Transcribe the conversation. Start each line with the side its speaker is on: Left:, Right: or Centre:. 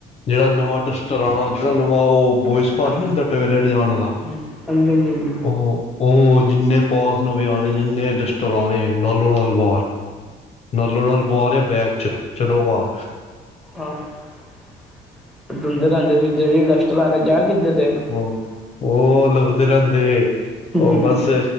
Left: ਜਿਹੜਾ ਨਵਾਂ ਡਸਟਰ ਚਲਾਣਾ ਜਹਾਨੂੰ ਉਹ ਬੋਇਸ ਪਾਸ
Centre: ਹਾਂਜੀ
Left: ਨੀ ਹੁੰਦਾ ਟੋਲੇਟ ਜਾਣ ਵਾਲ
Centre: ਹਾਂਜੀ ਹਾਂਜੀ
Left: ਉਹ ਉਹ ਜਿੰਨੇ ਪਾਸ ਨੂੰਵੇ ਆਉਣੇ ਜਿੰਨੇ ਡਸਟਰ ਆਣੇ ਨਾਲੋਂ ਨਾਲ ਬਾਹਰ ਨਾਲੋ ਨਾਲ ਰਿਹਾ ਬੈਗ ਚ ਚਲੋ ਘ
Centre: <inaudible>
Left: ਉਹ ਉਹ ਲੱਭਦੇ ਰਹਿੰਦੇ
Centre: ਨੇ
Left: ਉਹ ਬਸ